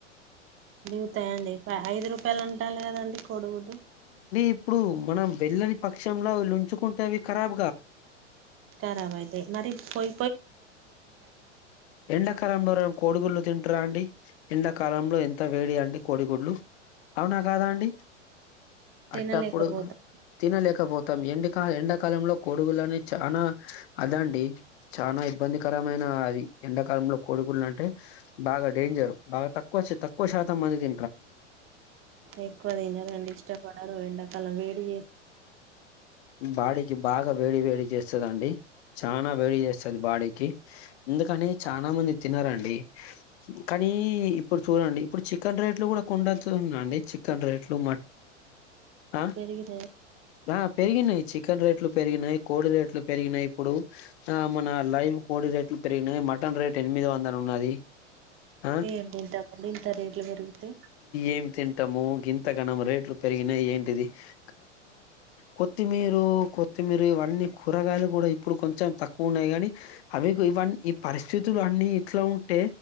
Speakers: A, on the right (about 35°); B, on the left (about 60°).
A: దిగుతాయండి ఐదు రూపాయలు అంటాలి కదాండి కోడుగుడ్డు
B: ఇప్పుడు మనం వెళ్ళని పక్షంలో లుంచుకుంటేవి ఖరాబ్ కావా అండి
A: ఖరాబైతాయి మరి పోయి పోయి మళ్ళ
B: ఎండ కలంబరం కోడిగుడ్లు తింటారండి. ఎండాకాలంలో ఎంత వేడి అండి కోడిగుడ్లు. అవునా కాదా అండి
A: తినలేకపోతాం
B: అట్టప్పుడు తినలేకపోతు మొత్తం ఎండకా ఎండాకాలంలో కొడుగులని చానా అదండి. చానా ఇబ్బందికరం ఏమైనా అది ఎండాకాలంలో కోడిగుడ్లు అంటే బాగా డేంజరు. బాగా తక్కువ తక్కువ శాతం మంది తింటారండి.
A: ఎక్కువ తినరండి. ఇష్టపడరు ఎండాకాలం వేడి చేస్తుంది బాడికి.
B: బాడీకి బాగా వేడి వేడి చేస్తదండి. చనా వేడి చేస్తుంది. బాడీకి అందుకని చాలా మంది తినరండి. కానీ ఇప్పుడు చూడండి. ఇప్పుడు చికెన్ రేట్లు కూడా కొండతున్నాండి. చికెన్ రేట్లు మటన్ రేట్లు ఆ
A: పెరిగినయ
B: ఆ పెరిగినయి చికెన్ రేట్లు పెరిగినాయి. కోడి రేట్లు పెరిగినాయి. ఇప్పుడు ఆ మన లైవ్ కోడి రేట్లు పెరిగినాయి. మటన్ రేట్ ఎనిమిది వందలు ఉన్నది. ఆ
A: ఏం తింటామండి ఇంత రేట్లు పెరిగితే
B: ఏం తిన్ ము ఇంత కనం రేట్లు పెరిగినా ఏంటిది కాదుకో కొత్తిమీరు కొత్తిమీర ఇవన్నీ కూరగాయలు కూడా ఇప్పుడు కొంచెం తక్కువ ఉన్నాయి గానీ, అవి ఇవన్నీ ఈ పరిస్థితులు అన్ని ఇట్లా ఉంటే